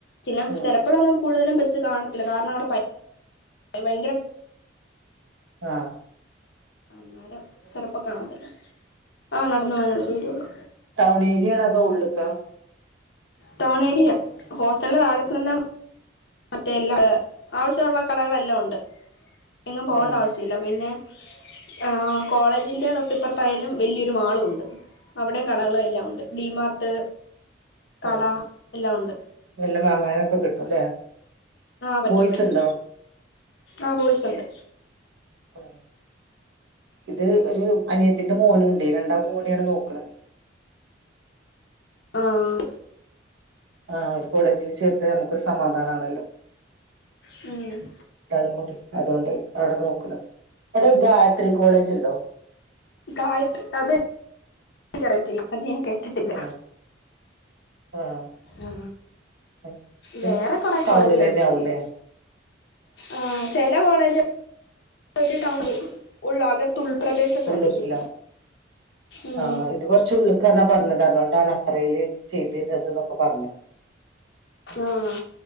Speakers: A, on the left (about 60°); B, on the right (about 75°).
A: ചില
B: ഉം
A: ചിലപ്പോഴ കൂടുതലും ബസ്സ് കാണത്തില്ല കാരണം അവിടെ ഭയ ഭയ
B: ആ
A: അന്നേരം ചെലപ്പോ കാണത്തില്ല ആ നടന്ന പോകാനുള്ള ദൂരള്ളൂ
B: ടൗൺ ഏരിയണതോ ഉള്ളക്ക
A: ടൗൺ ഏരിയ ഹോസ്റ്റലിന്റെ താഴത്ത് തന്നെ മറ്റേ എല്ലാ ആവശ്യള്ള കടകളെല്ലാം ഉണ്ട് എങ്ങും പോണ്ട
B: ഏഹ്
A: ആവശ്യമില്ല പിന്നെ ആ കോളേജിന്റെ തൊട്ടിപ്പുറത്തായാലും വല്യരു മാളുണ്ട്. അവിടെയും കടകളും എല്ലാം ഉണ്ട് ഡിമാർട്ട് കട
B: ആ
A: എല്ലാം ഉണ്ട്
B: എല്ലാം വാങ്ങാനൊക്കെ കിട്ടുംല്ലേ
A: ആ പറ്റും
B: ബോയ്സ്
A: പറ്റും
B: ഉണ്ടോ
A: ആ ബോയ്സുണ്ട്
B: ആ. ഇത് ഒരു അനി തിന്റെ മോനുണ്ടെയ്. രണ്ടാൾക്കും കൂടിയാണ് നോക്കണ്.
A: ആഹ്
B: ആ ഒരു കോളേജില് ചേർത്ത നമുക്കൊരു സമാധാനാണല്ലോ.
A: മം
B: ള്ളങ്ങോട്ട്. അതോണ്ട് അവിടെ നോക്ണ്. അവ്ടെ ഗായത്രി കോളേജ് ണ്ടോ
A: ഗായത്രി അത് നിക്കറിയത്തില്ല. അത് ഞാൻ കേട്ടിട്ടില്ല
B: ആഹ് ആഹ്
A: ആ
B: ഇത്
A: വേറെ കൊറെ
B: ടൗണിലെന്നെ
A: കോളേജ് കേട്ടിട്ടുണ്ട്
B: ആവൂല്ലേ
A: ആഹ് ചെ എല്ലാ കോളേജ ഒരു ടൗൺ ഉള്ളാകത് ഉൾപ്രദേശത്തായിരിക്കും
B: ഉള്ള്ക്കിലാവും
A: ഉം
B: ആഹ് ഇത് കൊർച് ഉള്ള്ക്കന്നാ പറഞ്ഞത്. അതോണ്ടാണ് അത്രേയില് ചെയ്തെര്ന്നത് ന്നൊക്കെ പറഞ്ഞു
A: ആഹ്